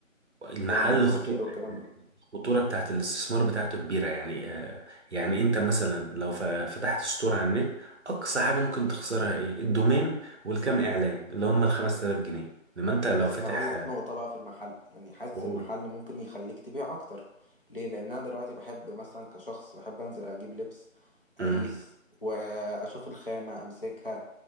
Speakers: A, on the right (about 55°); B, on the left (about 45°).
A: المحل
B: وفاهم وتوصيل
A: خطو...
B: والكلام ده
A: الخطورة بتاعت الاستثمار بتاعته كبيرة يعني آه، يعني انت مثلا لو ف- فتحت ستور على النت اقصى حاجة ممكن تخسرها ايه الدومين والكام اعلان اللي هم ال 5000 جنيه انما انت لو
B: بس
A: فاتح
B: اقول لك
A: آه،
B: نقطة بقى في المحل يعني حاسس
A: قول
B: المحل ممكن يخليك تبيع اكتر ليه لان انا دلوقتي بحب مثلا كشخص بحب انزل اجيب لبس اقيس
A: مم.
B: واشوف الخامة امسكها